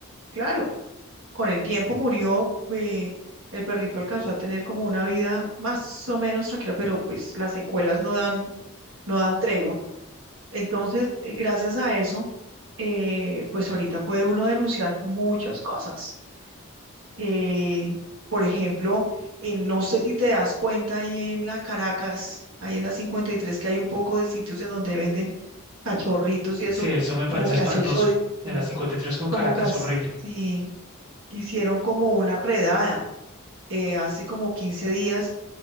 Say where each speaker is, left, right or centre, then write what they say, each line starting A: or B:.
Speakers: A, on the right; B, on the right.
A: claro. Con el tiempo murió, eh, el perrito alcanzó a tener como una vida más o menos tranquila, pero pues las secuelas no dan no dan tregua. Entonces, eh, gracias a eso, eh, pues ahorita puede uno denunciar muchas cosas. Eh, por ejemplo, en- no sé si te das cuenta ahí en la Caracas, ahí en la 53, que hay un poco de sitios en donde venden cachorritos y eso,
B: Sí, eso me parece
A: como que
B: espantoso.
A: hace ocho días,
B: En la cincuenta y tres con
A: como
B: Caracas,
A: que hace,
B: horrible.
A: sí, hicieron como una redada eh, hace como 15 días